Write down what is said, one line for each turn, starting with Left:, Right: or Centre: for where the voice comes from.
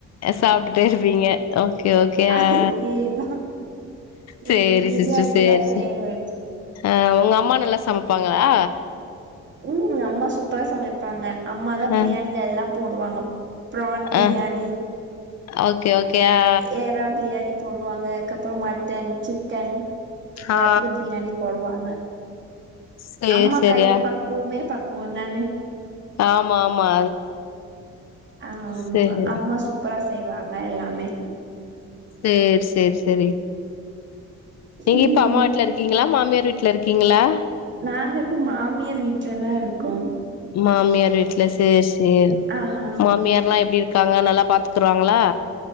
Left: சாப்டுட்டே இருப்பீங்க ஓகே ஓகே
Right: அதேதா
Left: ஆ
Right: எனக்கு
Left: சேரி
Right: பிரியாணி
Left: சிஸ்டர் சேரி
Right: தா ஃபேவரெட்
Left: ஆ உங்க அம்மா நல்லா சமைப் பாங்களா
Right: ம் அம்மா சூப்பரா சமைப்பாங்க அம்மாதா பிரியாணில
Left: ஆ
Right: எல்லா போடுவாங்க பிரான் பிரியாணி
Left: ஆ ஓகே ஓகே ஆ
Right: எரா பிரியாணி போடுவாங்க அதுக்கப்றோ மட்டன் சிக்கன் எல்லாத்துலையு
Left: ஆ ஆ
Right: பிரியாணி போடுவாங்க
Left: சேரி
Right: அம்மா
Left: சேரி
Right: கை
Left: ஆ
Right: பக் குவமே பக்குவந்தானே
Left: ஆமா ஆமா
Right: ஆமா
Left: சேரி
Right: அம்மா சூப்பரா செய்வாங்க எல்லாமே
Left: சேர் சேரி சேரி நீங்க
Right: ம்
Left: இப்ப அம்மா வீட்ல இருக் க்கீங்களா மாமியார் வீட்ல இருக்கீங்களா
Right: நாங்க இப்போ மாமியார் வீட்ல தா இருக்கோ
Left: மாமியார் வீட்ல சேர் சேரி
Right: ஆமா
Left: மாமியார்லா எப்டி காங்க நல்லா பாத்துக்கறாங்களா